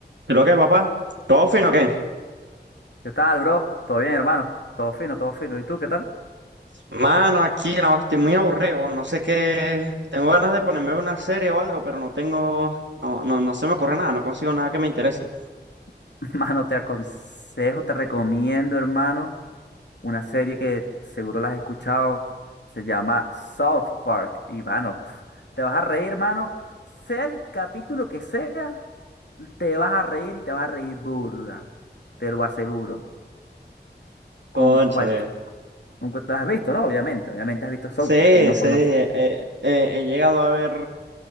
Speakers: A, on the right (about 90°); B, on the left (about 75°).
A: Creo que, papá, ¿todo fino o qué?
B: ¿Qué tal, bro? ¿Todo bien, hermano? Todo fino, todo fino. ¿Y tú qué tal?
A: Mano, aquí no, estoy muy aburrido, no sé qué. Tengo ganas de ponerme a ver una serie o algo, pero no tengo. No, no, no se me ocurre nada, no consigo nada que me interese.
B: <laughs> Hermano, te aconsejo, te recomiendo, hermano, una serie que seguro la has escuchado. Se llama South Park. Y, mano, pf, te vas a reír, hermano. Sea el capítulo que sea, te vas a reír y te vas a reír burda. Te lo aseguro.
A: Cónchale.
B: Con cualquier... Con cual- ¿Te has visto, ¿no? Obviamente. Obviamente has visto South
A: Sí,
B: Park. ¿Quién no
A: sí,
B: conoce?
A: eh, eh, eh, he llegado a ver